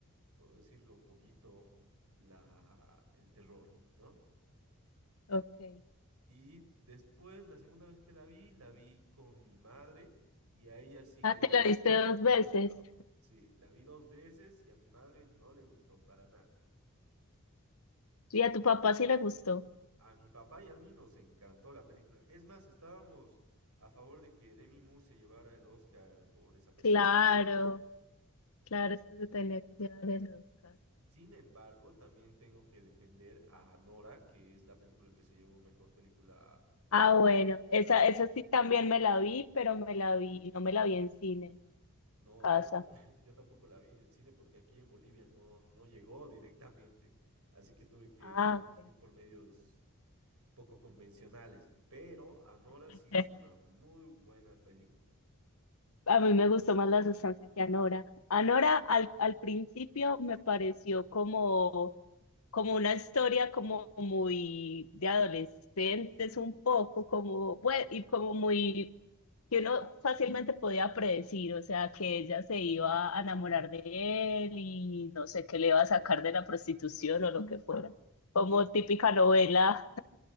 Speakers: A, on the right; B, on the left.
A: puedo decirlo un poquito, la, el terror, ¿no?
B: Okay.
A: Y después, la segunda vez que la vi, la vi con mi madre y a ella sí,
B: Ah,
A: de
B: te
A: hecho,
B: la viste dos
A: no
B: veces.
A: le gustaba. Sí, la vi dos veces y a mi madre no le gustó para nada.
B: Y a tu papá sí le gustó.
A: A mi papá y a mí nos encantó la película. Es más, estábamos a favor de que Demi Moore se llevara el Oscar por esa película.
B: Claro, claro, es que se tenía que llevar el Oscar.
A: Sin embargo, también tengo que defender a Nora, que es la película que se llevó mejor película
B: Ah, bueno,
A: del
B: esa,
A: año.
B: esa sí también me la vi, pero me la vi, no me la vi en cine, en
A: No,
B: casa.
A: yo, ta- <laughs> yo tampoco la vi en el cine porque aquí en Bolivia no, no llegó directamente, así que tuve que
B: Ah, ok.
A: ir por medios poco convencionales, pero Anora
B: <laughs>
A: sí es una muy buena película.
B: A mí me gustó más la sustancia que Anora. Anora al, al principio me pareció como como una historia como muy de adolescentes, un poco como, bueno, y como muy, que uno fácilmente podía predecir, o sea, que ella se iba a enamorar de él y no sé, qué le iba a sacar de la prostitución o lo que fuera. Como típica novela